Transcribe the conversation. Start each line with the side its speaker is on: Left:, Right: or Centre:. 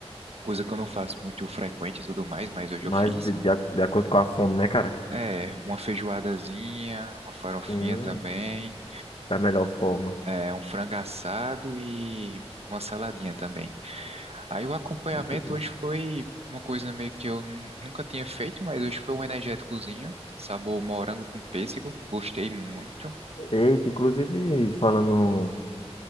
Right: coisa que eu não faço muito frequente e tudo mais, mas hoje
Left: mas
Right: eu fiz.
Left: de, de, de acordo com a fome, né, cara?
Right: É, uma feijoadazinha, uma farofinha
Left: Hum,
Right: também,
Left: da melhor forma.
Right: é, um frango assado e uma saladinha também. Aí o acompanhamento
Left: Muito bom.
Right: hoje foi uma coisa meio que eu nun- nunca tinha feito, mas hoje foi um energéticozinho, sabor morango com pêssego, gostei muito.
Left: Eita, inclusive, falando